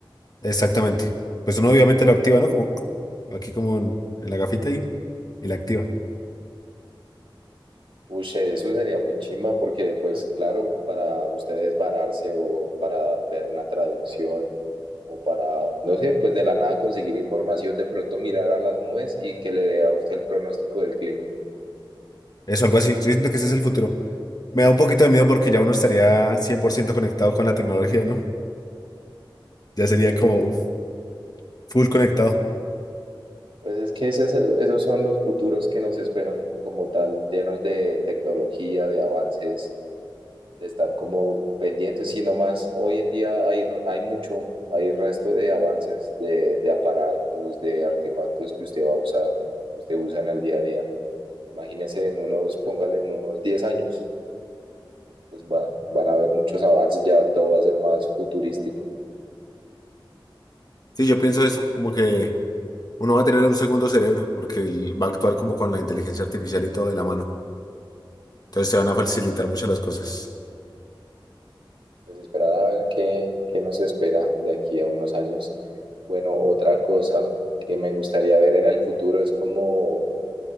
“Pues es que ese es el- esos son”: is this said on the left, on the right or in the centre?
Right